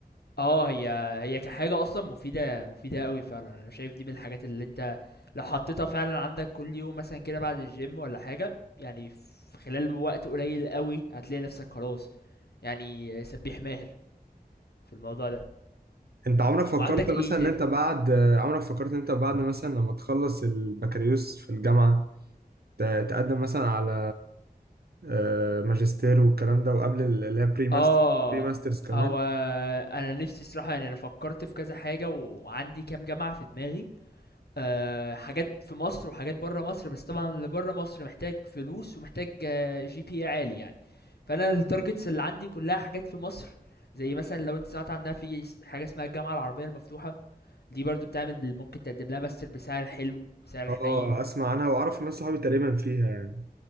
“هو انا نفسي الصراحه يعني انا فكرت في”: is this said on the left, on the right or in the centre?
Left